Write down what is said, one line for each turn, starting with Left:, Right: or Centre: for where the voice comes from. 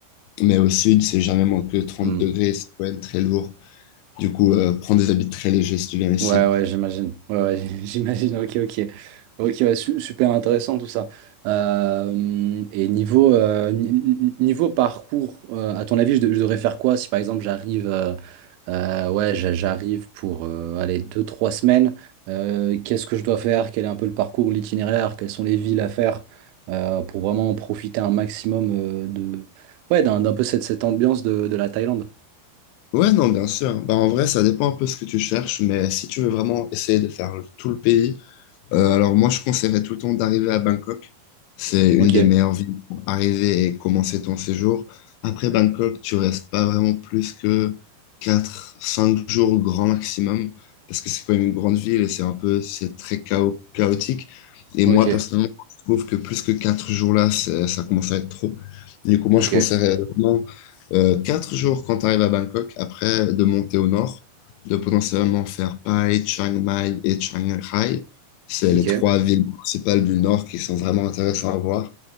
Left: Mais au sud, c'est jamais moins que 30
Right: Mmh.
Left: degrés, c'est quand même très lourd. Du coup, euh, prends des habits très légers si tu viens ici.
Right: Ouais, ouais, j'imagine. Ouais, ouais, <laughs> j'imagine. Ok, ok. Ok, ouais, su- super intéressant tout ça. Euh, et niveau, euh, ni- ni- niveau parcours, euh, à ton avis, je, de- je devrais faire quoi si par exemple j'arrive euh, euh, ouais, j'a- j'arrive pour euh, aller deux, trois semaines. euh, qu'est-ce que je dois faire? Quel est un peu le parcours, l'itinéraire? Quelles sont les villes à faire euh, pour vraiment profiter un maximum euh, de ouais, d'un, d'un peu cette, cette ambiance de, de la Thaïlande.
Left: Ouais, non, bien sûr. Bah, en vrai, ça dépend un peu ce que tu cherches, mais si tu veux vraiment essayer de faire le- tout le pays, Euh, alors moi, je conseillerais tout le temps d'arriver à Bangkok. C'est une
Right: Ok,
Left: des meilleures villes pour arriver et commencer ton séjour. Après Bangkok, tu restes pas vraiment plus que 4, 5 jours au grand maximum, parce que c'est quand même une grande ville et c'est un peu, c'est très chao- chaotique. Et
Right: ok,
Left: moi, personnellement, je trouve que plus que 4 jours là, c'est- ça commence à être trop. Du coup, moi,
Right: ok,
Left: je conseillerais vraiment euh, 4 jours quand tu arrives à Bangkok, après de monter au nord, de potentiellement faire Pai, Chiang Mai et Chiang Rai. C'est
Right: ok,
Left: les trois villes principales du Nord qui sont vraiment intéressantes à voir.